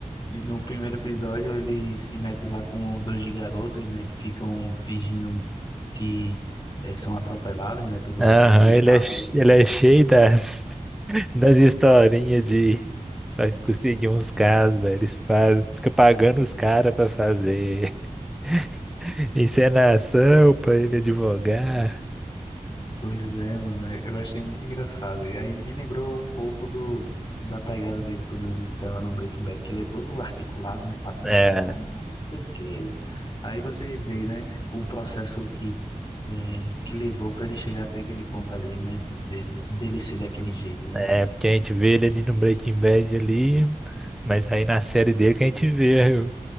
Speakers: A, on the left (about 35°); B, in the centre.
A: E no primeiro episódio ele se mete lá com dois garotos, né, que ficam fingindo um que eh, são atropeladas, né, pelo,
B: Aham,
A: pelos
B: ele
A: carros.
B: é,
A: da-
B: ele
A: né?
B: é cheio das. Das historinhas de pra conseguir uns casos, velho. Eles fazem, fica pagando os caras pra fazer <laughs> encenação, pra ele advogar.
A: Pois é, mano, é- eu achei muito engraçado. E aí me lembrou um pouco do, da pegada dele quando ele tava no Breaking Bad, que ele é todo articulado, né, falando
B: É,
A: assim, não, não não sei o quê. Aí você vê, né, o processo que, eh, que levou para ele chegar até aquele ponto ali, né, de- de- dele ser daquele jeito, né?
B: é, porque a gente vê ele ali no Breaking Bad ali, mas aí na série dele que a gente vê o